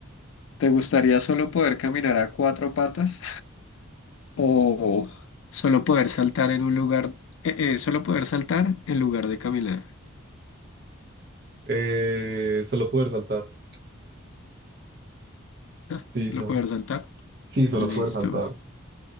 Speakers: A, on the left; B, on the right.
A: ¿Te gustaría solo poder caminar a cuatro patas o solo poder saltar en un lugar, eh, eh, solo poder saltar en lugar de caminar?
B: Eh, solo poder saltar.
A: Ah,
B: Sí,
A: Solo
B: no.
A: poder saltar.
B: Sí, solo
A: Listo.
B: poder saltar.